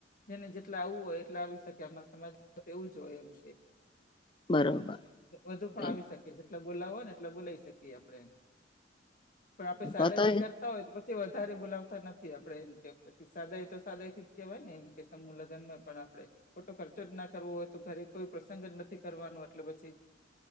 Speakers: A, on the left; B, on the left.
A: જેને જેટલા આવું હોય, એટલા આવી શકે આમા સમાજ એવું જ હોય એમ કે
B: બરોબર
A: વધુ પણ
B: એમ.
A: આવી શકીએ જેટલા બોલાવો હોય ને એટલા બોલાવી શકીએ આપડણે પણ આપે
B: તો
A: સાદા
B: તો
A: શિકર પછી વધારે બોલાવતા નથી આપડે એમ કે પછી સાદા એ તો સાદા એ થી જ કેહેવાય ને એમ કે સમૂહ લગ્નમા પણ આપણે ખોટો ખર્ચો જ ના કરવો હોય, તો ઘરે કોઈ પ્રસંગ જ નથી કરવાનો એટલે પછી.